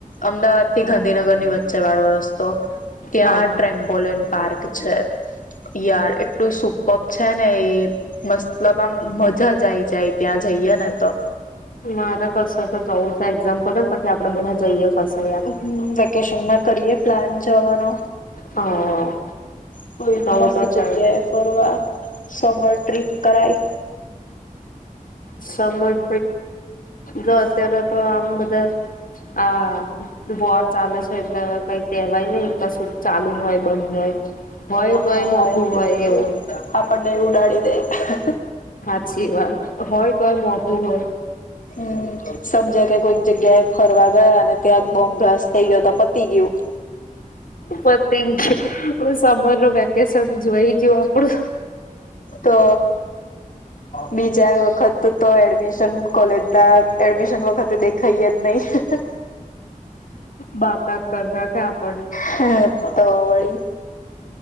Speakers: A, on the left; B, on the left.
A: અમદાવાદ થી ગાંધીનગર ની વચ્ચે વાળો રસ્તો ત્યાં
B: હા
A: ટમ્પોલન પાર્ક છે. યાર એટલું સુપર્બ પપ છે ને, એ મતલબ આમ મજા જ આવી જાય, ત્યાં જઈએ ને તો.
B: મારા કસે તો જવું છે, એક્ઝામ પતે ને પછી આપડે બધા જઈએ. કશે યાર.
A: હમ, વેકેશનમાં કરીએ પ્લાન. જવાનો.
B: હ
A: કો એક
B: જવું
A: મસ્ત
B: તો છે
A: જગ્યા
B: જ.
A: એ ફરવા, સમય. ટ્રિપ કરાય.
B: સમણ જો ત્યારે તો આમ બધાએ આ વોર ચાલે છે. એટલે કઈ કેહેવાય નહિ, કશું ચાલુ હોય બંધ હોય. હોય તોય
A: હા
B: મોઘું
A: એટ
B: હોય એવું
A: આપણને એ ઉડાડી દે. હ અ
B: સાચી વાત હોય તોય મોઘું હોય.
A: હમ સમજ્યા કે કોઈ જગ્યાએ ફરવા ગયા અને ત્યાં બોમ્બ બ્લાસ્ટ થઇ ગયો તો પતી ગયું.
B: પતી ગયું સમર નું વેકેશન ઉજવાઈ ગયું આપડું
A: તો બીજા વખત. તો એડમિશન કોલેજ બ બેગ. એડમિશન વખતે. ખૈયત નહી.
B: બાકાત કરના કે આપણ.
A: હ તો વળી.